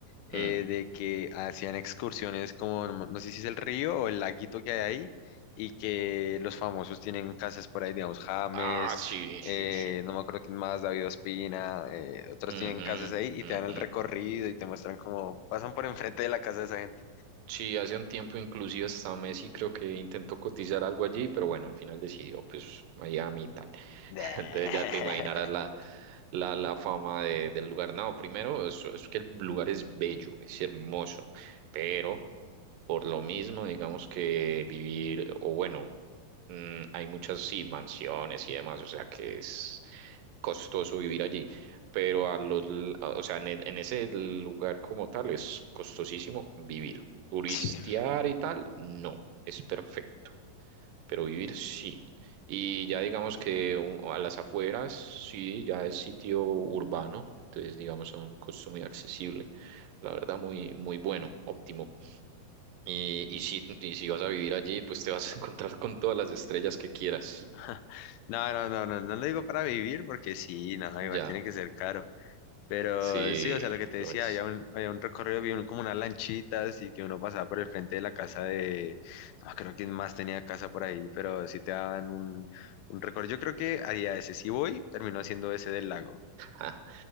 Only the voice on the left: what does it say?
eh,
de que hacían excursiones como, no no sé si es el río o el laguito que hay ahí, y que los famosos tienen casas por ahí, digamos, James,
eh,
no me acuerdo quién más, David Ospina, eh, otros
tienen casas ahí
y te dan el recorrido y te muestran cómo pasan por enfrente de la casa de esa gente.
<laughs>
Sí.
<laughs> No, no, no, no, no lo digo para vivir porque sí, no,
igual tiene que ser caro. Pero
sí, o sea, lo que te
decía,
había un, había un recorrido, había un- como unas lanchitas y que uno pasaba por el frente de la casa de, no creo que más tenía casa por ahí, pero sí te daban un, un recorrido. Yo creo que haría ese. Si voy, terminó haciendo ese del lago.